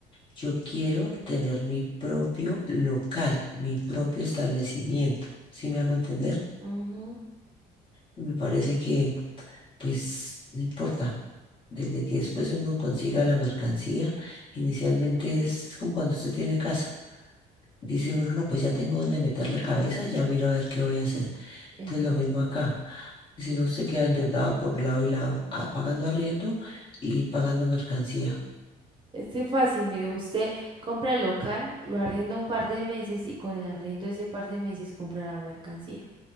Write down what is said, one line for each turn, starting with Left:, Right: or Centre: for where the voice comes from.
Left: Yo quiero tener mi propio local, mi propio establecimiento. ¿Sí me hago entender?
Right: Ujú.
Left: Me parece que pues no importa. Desde que después uno consiga la mercancía, inicialmente es, es como cuando usted tiene casa. Dice uno, no, pues ya tengo dónde meter la cabeza, ya miro a ver qué voy a hacer.
Right: eso
Left: Entonces lo mismo
Right: sí es cierto.
Left: acá. Si no, usted queda endeudada por lado y lado, a- pagando arriendo y pagando mercancía.
Right: Este es que fácil, mire, usted compra el local, lo arrienda un par de meses y con el arriendo de ese par de meses compra la mercancía.